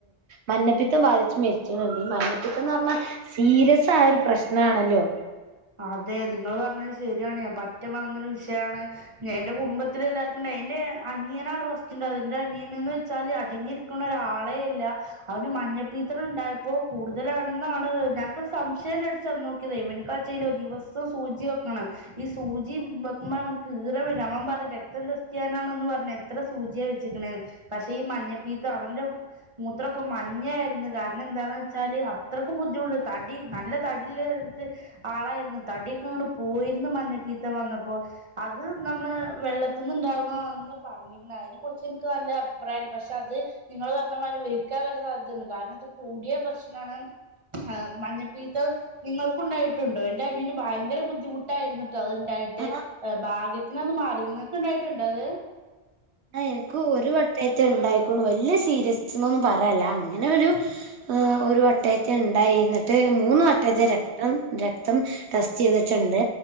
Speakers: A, on the right; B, on the right.
A: മഞ്ഞപ്പിത്തം ബാധിച്ച് മരിച്ചിട്ടുണ്ട് ഈ മഞ്ഞപ്പിത്തം എന്ന് പറഞ്ഞാൽ സീരിയസ് ആയ ഒരു പ്രശ്നണല്ലോ
B: അതെ നിങ്ങൾ പറഞ്ഞത് ശരിയാണ് ഞാൻ പറ്റമറന്നൊരു വിഷയമാണ് ഞാ എന്റെ കുടുംബത്തില എല്ലാവർക്കും ഉണ്ടായീനി എന്റെ അനിയന ആണ് ഫസ്റ്റ് ഉണ്ടായത് ന്റെ അനിയനന്ന് വെച്ചാല് അടങ്ങി ഇരിക്കുന്ന ഒരാളെഅല്ല അവന്റെ മഞ്ഞപ്പീത്തം ഉണ്ടായപ്പോ കൂടുതലാണെന്നാണ് ഞങ്ങൾക്കൊരു സംശയംണ്ടടിച്ചന്ന് നോക്കിയതാ ഇവനിക്കാ ആയ്ചെയല്ലോ ദിവസം സൂചി വെക്കണം ഈ സൂചി വെക്കുമ്പോ അവനക്ക് ഈറ വരും അവൻ പറയും രക്തം ടെസ്റ്റ്‌ ചെയ്യാനാണന്ന് പറഞ്ഞെ എത്ര സൂചിയ വെചേക്കണേന്ന് പക്ഷെ ഈ മഞ്ഞപ്പിത്തം അവന്റെ മൂത്രക്കെ മഞ്ഞ ആയിരുന്നു കാരണം എന്താന്ന് വെച്ചാല് അത്രയ്ക്കും ബുദ്ധിമുട്ട തടി നല്ല തടില്ല ആളായിരുന്നു തടിയൊക്കെ അങ്ങട് പോയിരുന്നു മഞ്ഞപ്പിത്തം വന്നപ്പോ അത് നമ്മള് വെള്ളത്തിന്ന് ഇണ്ടാവണന്ന് പറഞ്ഞു അതിനെ കുറിച്ച് എനിക്ക് നല്ല അഭിപ്രായംല്ല പക്ഷെ അത് നിങ്ങള് പറഞ്ഞ മാതിരി ഇത് മരിക്കാൻ വരെ സാധ്യതുണ്ട് കാരണം ഇത് കൂടിയ പ്രശ്നാണ് ആ മഞ്ഞപിത്തം നിങ്ങൾക്കുണ്ടാ ക്കുണ്ടോ എന്റെ അനിയന് ഭയങ്കര ബുദ്ധിമുട്ടായിരുന്നട്ട് അതുണ്ടായിട്ട്
A: ആ
B: ഭാഗ്യ പിന്നെ അത് മാറി നിങ്ങൾക്ക് ഉണ്ടായിട്ടുണ്ടോ അത്
A: ആ എനിക്ക് ഒരു വട്ടയത്തെ ഉണ്ടായിക്കോളു വലിയ സീരിയസ്നസ് എന്നൊന്നും പറയല്ല അങ്ങനെ ഒരു ആ ഒരു വട്ടയത്തെ ഉണ്ടായി എന്നിട്ട് മൂന്ന് വട്ടയത്തെ രക്തം രക്തം ടെസ്റ്റ് ചെയ്തിട്ടുണ്ട്